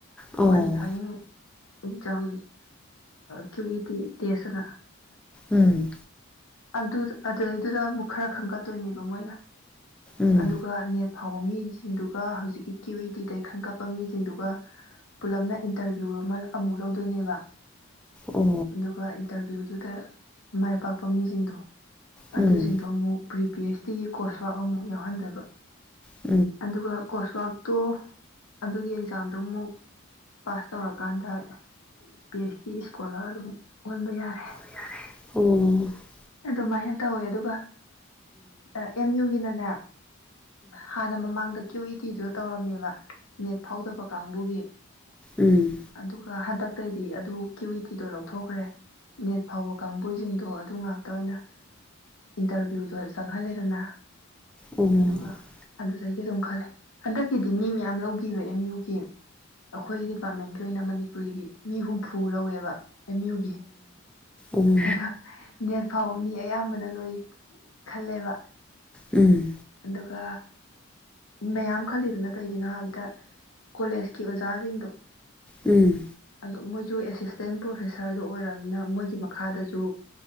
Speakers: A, in the centre; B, on the left (about 80°).
A: ꯑꯣ
B: qualifying exam Q E T ꯇꯦꯁꯅ
A: ꯎꯝ
B: ꯑꯗꯨ ꯑꯗꯨꯗꯩꯗꯨꯗ ꯑꯃꯨꯛ ꯈꯔ ꯈꯪꯒꯠꯇꯣꯏꯅꯦꯕ ꯃꯣꯏꯅ
A: ꯎꯝ
B: ꯑꯗꯨꯒ ꯅꯦꯠ ꯐꯥꯎꯕ ꯃꯤꯁꯤꯡꯗꯨꯒ ꯍꯧꯖꯤꯛꯀꯤ ꯀ꯭ꯌꯨ ꯏ ꯇꯤꯗꯒꯤꯩ ꯈꯟ ꯀꯞꯄ ꯃꯤꯁꯤꯡꯗꯨꯒ ꯄꯨꯜꯂꯞꯅ ꯏꯟꯇꯔꯚꯤꯌꯨ ꯑꯃ ꯑꯃꯨꯛ ꯂꯧꯗꯣꯏꯅꯦꯕ
A: ꯑꯣ
B: ꯑꯗꯨꯒ ꯏꯟꯇꯔꯚꯤꯌꯨꯗꯨꯗ ꯃꯥꯏ ꯄꯥꯛꯄ ꯃꯃꯤꯁꯤꯡꯗꯣ
A: ꯎꯝ
B: ꯑꯗꯨꯁꯤꯡꯗꯣ ꯑꯃꯨꯛ ꯄ꯭ꯔꯤ ꯄꯤ ꯑꯩꯆ ꯗꯤꯒꯤ ꯀꯣꯁꯋꯥꯛ ꯑꯃꯨꯛ ꯌꯥꯎꯍꯟꯗꯣꯏꯕ
A: ꯎꯝ ꯑꯣ ꯑꯗꯣ ꯑꯗꯨꯃꯥꯏꯅ ꯇꯧꯋꯦ ꯑꯗꯨꯒ ꯎꯝ ꯎꯝ ꯎꯝ ꯃꯤꯡ ꯐꯥꯎꯗꯕ ꯀꯥꯡꯕꯨꯒꯤ ꯎꯝ
B: ꯑꯗꯨꯒ ꯀꯣꯁꯋꯥꯛ ꯇꯣ ꯑꯗꯨꯒꯤ ꯑꯦꯛꯖꯥꯝꯗꯨ ꯑꯃꯨꯛ ꯄꯥꯁ ꯇꯧꯔꯀꯥꯟꯗ ꯄꯤ ꯑꯩꯆ ꯗꯤ ꯏꯁꯀꯣꯂꯔ ꯑꯗꯨꯝ ꯑꯣꯟꯕ ꯌꯥꯔꯦ
A: ꯑꯣ
B: ꯑꯗꯨꯃꯥꯏꯅ ꯇꯧꯋꯦ ꯑꯗꯨꯒ ꯑ ꯑꯦꯝ ꯌꯨꯒꯤꯅꯅꯦ ꯍꯥꯟꯅ ꯃꯃꯥꯡꯗ ꯀ꯭ꯌꯨ ꯏ ꯇꯤꯗꯣ ꯇꯧꯔꯝꯃꯦꯕ ꯅꯦꯠ ꯐꯥꯎꯗꯕ ꯀꯥꯡꯕꯨꯒꯤ
A: ꯎꯝ
B: ꯑꯗꯨꯒ ꯍꯟꯗꯛꯇꯩꯗꯤ ꯑꯗꯨ ꯀ꯭ꯌꯨꯋꯤꯇꯤꯗꯣ ꯂꯧꯊꯣꯛꯈ꯭ꯔꯦ ꯅꯦꯠ ꯐꯥꯎꯕ ꯀꯥꯡꯕꯨꯁꯤꯡꯗꯣ ꯑꯗꯨ ꯉꯥꯛ ꯇ ꯑꯣꯏꯅ ꯏꯟꯇꯔꯚꯤꯌꯨꯗꯣ ꯆꯪꯍꯜꯂꯦꯗꯅ
A: ꯑꯣ
B: ꯑꯗꯨꯒ ꯑꯗꯨꯗꯒꯤ ꯑꯗꯨꯝ ꯈꯜꯂꯦ ꯍꯟꯗꯛꯀꯤꯗꯤ ꯃꯤ ꯃꯌꯥꯝ ꯂꯧꯒꯤꯕ ꯑꯦꯝ ꯌꯨꯒꯤ ꯑꯩꯈꯣꯏ ꯗꯤꯄꯥꯔꯠꯃꯦꯟꯒꯤ ꯑꯣꯏꯅ ꯃꯅꯤꯄꯨꯔꯤꯒꯤ ꯃꯤ ꯍꯨꯝꯐꯨ ꯂꯧꯋꯦꯕ ꯑꯦꯝ ꯌꯨꯒꯤ
A: ꯎ ꯎꯝ
B: ꯑꯗꯣ ꯅꯦꯠ ꯐꯥꯎꯕ ꯃꯤ ꯑꯌꯥꯝꯕꯅ ꯂꯣꯏ ꯈꯜꯂꯦꯕ
A: ꯎꯝ
B: ꯑꯗꯨꯒ ꯃꯌꯥꯝ ꯈꯜꯂꯤꯗꯨꯅ ꯀꯩꯒꯤꯅꯣ ꯍꯥꯏꯕꯗ ꯀꯣꯂꯦꯖꯀꯤ ꯑꯣꯖꯥꯖꯤꯡꯗꯣ
A: ꯎꯝ
B: ꯑꯗꯨ ꯃꯣꯏꯖꯨ ꯑꯦꯁꯤꯁꯇꯦꯟ ꯄ꯭ꯔꯣꯐꯦꯁꯔꯗꯨ ꯑꯣꯏꯔꯝꯅꯤꯅ ꯃꯣꯏꯒꯤ ꯃꯈꯥꯗꯖꯨ